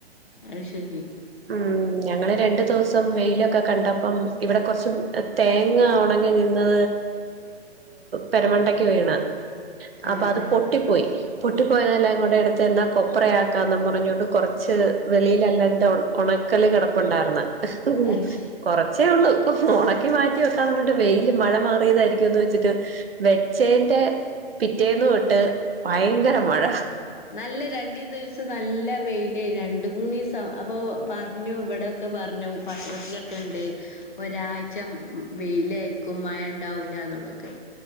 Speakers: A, on the left; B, on the right.
A: അയ് ശരി
B: ഉം ഞങ്ങള് രണ്ട് ദിവസം വെയിലൊക്കെ കണ്ടപ്പം ഇവടെ കൊറച്ചും തേങ്ങ ഒണങ്ങി. ഇന്ന് പെരമണ്ടക്ക് വീണ്.
A: ആഹ്
B: അപ്പൊ അത്
A: ആഹ്
B: പൊട്ടിപ്പോയി പൊട്ടിപ്പോയതെല്ലാകൂടെട്ത്ത് എന്ന കൊപ്രയാക്കാന്നും പറഞ്ഞോണ്ട്. കൊറച്ച് വെളിയിലല്ലാട് ഒണക്കല് കെടപ്പൊണ്ടാര്ന്ന്. ഉ
A: അത് ശരി
B: കൊറച്ചേ ഉള്ളൂ. ഓണക്ക ക്കി മാറ്റി വെക്കാൻ പറഞ്ഞിട് വെയില് മഴ മാറിയതായിരിക്കുംന്ന്. വെച്ചിട്ട് വെച്ചേന്റെ പിറ്റേന്ന് തൊട്ട് ഭയങ്കര മഴ.
A: നല്ല രണ്ട് ദിവസം നല്ല വെയില് രണ്ട് മൂന്ന് ദിവസം അപ്പൊ പറഞ്ഞു. ഇവിടെ ക്കെ പറഞ്ഞു പത്രത്തിലൊക്കെ ഉണ്ട്. ഒരാഴ്ച വെയില് ആയിരിക്കും മഴ ഉണ്ടാവൂല എന്നുള്ള തൊക്കെ